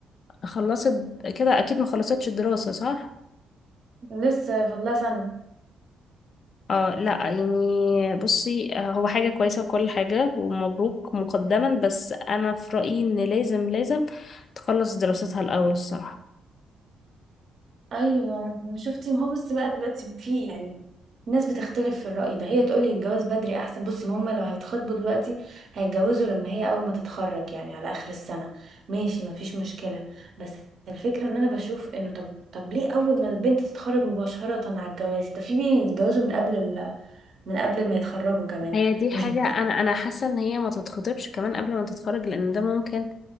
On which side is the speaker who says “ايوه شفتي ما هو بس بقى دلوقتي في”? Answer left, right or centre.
Right